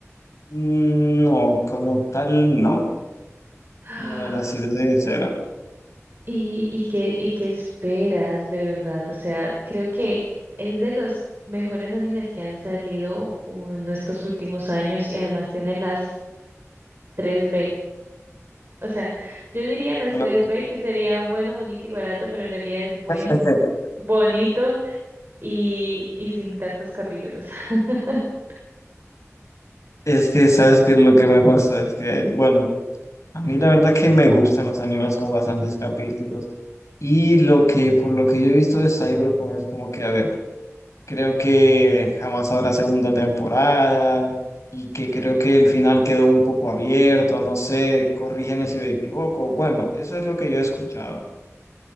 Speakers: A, on the left; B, on the right.
A: Mm, No, como tal, no.
B: Ah,
A: La verdad, sí, te soy sincera.
B: ¿Y, y qué, y qué esperas de verdad? O sea, creo que es de los mejores animes que han salido uh, en estos últimos años y además tiene las 3B. O sea, yo diría las
A: Es una-
B: tres B, que sería bueno, bonito y barato, pero en realidad es bueno,
A: <laughs>
B: bonito y, y sin tantos capítulos. <laughs>
A: Es que, ¿sabes qué es lo que me pasa? Es que, bueno. A mí la verdad que me gustan los animes con bastantes capítulos. Y lo que, por lo que yo he visto de Cyberpunk es como que, a ver, creo que jamás habrá segunda temporada y que creo que el final quedó un poco abierto, no sé, corrígeme si me equivoco. Bueno, eso es lo que yo he escuchado.